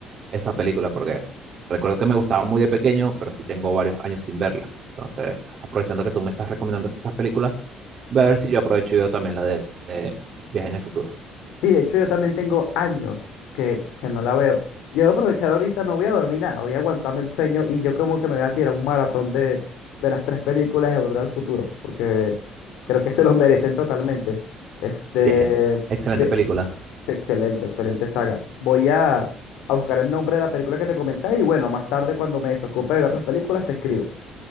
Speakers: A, on the right (about 40°); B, on the left (about 85°).
A: esa película porque recuerdo que me gustaba muy de pequeño, pero sí tengo varios años sin verla. Entonces, aprovechando que tú me estás recomendando estas películas, voy a ver si yo aprovecho yo también la de, de Viaje en el Futuro.
B: Sí, de hecho yo también tengo años que, que no la veo. Yo voy a aprovechar ahorita, no voy a dormir nada, voy a aguantarme el sueño y yo como que me voy a tirar un maratón de, de las tres películas de Volver al Futuro, porque creo que se los <laughs> merecen totalmente. Este,
A: Sí, excelente
B: ve-
A: película.
B: excelente, excelente saga. Voy a, a buscar el nombre de la película que te comenté y bueno, más tarde cuando me desocupe de ver las películas te escribo.